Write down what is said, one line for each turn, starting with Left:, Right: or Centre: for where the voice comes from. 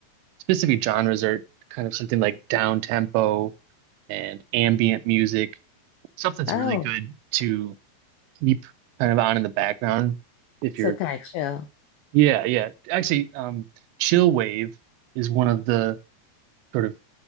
Right: specific genres are kind of something like down tempo and ambient music, stuff that's
Left: Oh,
Right: really good to keep kind of on in the background if
Left: so
Right: you're,
Left: kind of chill.
Right: yeah, yeah. Actually, um, chill wave is one of the sort of